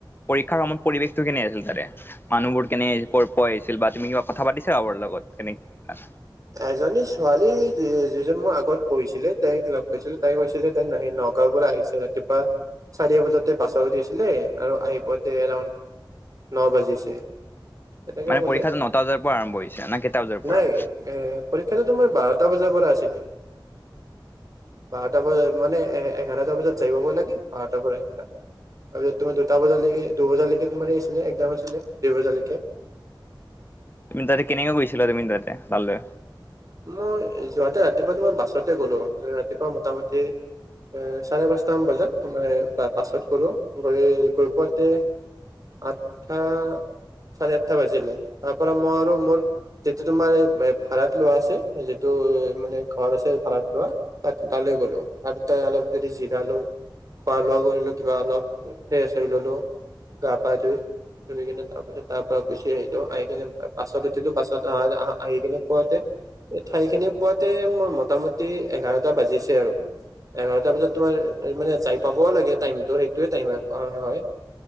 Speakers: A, on the left; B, on the right.
A: পৰীক্ষাৰ সময়ত পৰিৱেশ তো কিনি আছিল তাৰে মানুহবোৰ কেনে কৰ পোৱা আহিছিল বা তুমি কিবা কথা পাতিছা কাবাৰ লগত তেনেকে
B: এজনী ছোৱালী যি যিজন মোৰ আগত বহিছিলে তাইক লগ পাইছিলো তাই কৈছিল যে তাই নাহি নগাঁও পৰা আহিছিলে ৰাতিপুৱা চাৰি বজাতে বাছত উঠিছিলে আৰু আহি পাওতে এৰাউণ্ড ন বাজিছে তেনেকে
A: মানে
B: ক'লে
A: পৰীক্ষাতো নটা বজাৰ পৰা আৰম্ভ হৈছে না কেইটা বজাৰ পৰা
B: নাই এ পৰীক্ষাতো তোমাৰ বাৰটা বজাৰ পৰা আছিলে বাৰটা বজাত মানে এ এঘাৰটা বজাত যাই পাব লাগে বাৰটাৰ পৰা ইষ্টাত তাৰপিছত তোমাৰ দুটা বজালৈকে দুবজালৈকে তোমাৰ সেই আছিলে একজাম আছিলে দুই বজালৈকে
A: তুমি তাতে কেনেকে গৈছিলা তুমি তাতে তালে
B: মই যোৱাতে ৰাতিপুৱা তোমাৰ মই বাছতে গ'লো ৰাতিপুৱা মোটামুটি এ চাৰে পাঁচটামান বজাত মানে বাছত গলো গৈ গৈ পাওঁতে আঠটা চাৰে আঠটা বাজিলে তাৰ পৰা মই আৰু মোৰ যিটো তোমাৰ এই ভাড়াত লোৱা আছে যিটো মানে ঘৰ আছে ভাৰাত লোৱা তাত তালে গলো। তাত গৈ অলপ দেৰি জিৰালো। খোৱা-লোৱা কৰিলো কিবা অলপ। ফ্ৰেছ হৈ ল'লো গা-পা ধুই। ধুই কিনে তাৰ পিছত তাৰ পৰা গুচি আহিলো। আহি কিনে বাছত উঠিলো। বাছত আহ-আহ-আহি কিনে পুৱাতে ঠাইখিনি পোৱাতে মৰ মোটামুটি এঘাৰটা বাজিছে আৰু। এঘাৰটা বজাত তোমাৰ মানে যাই পাবওঁ লাগে। টাইমটো সেইটোৱে টাইম হয় হয়।